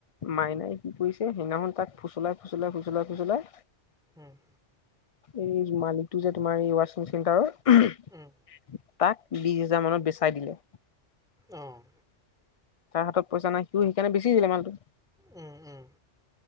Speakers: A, on the left (about 45°); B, in the centre.
A: মাইনাই কি কৰিছে সেইদিনাখন তাক ফুচলাই ফুচলাই ফুচলাই ফুচলাই
B: উম,
A: এই মালিকটো যে তোমাৰ এই ৱাচিং চেণ্টাৰৰ
B: উম।
A: তাক বিশ হেজাৰ মানত বেচাই দিলে।
B: অহঁ
A: তাৰ হাতত পইচা নাই সিও সেইকাৰণে বেছি দিলে মালটো।
B: উম উম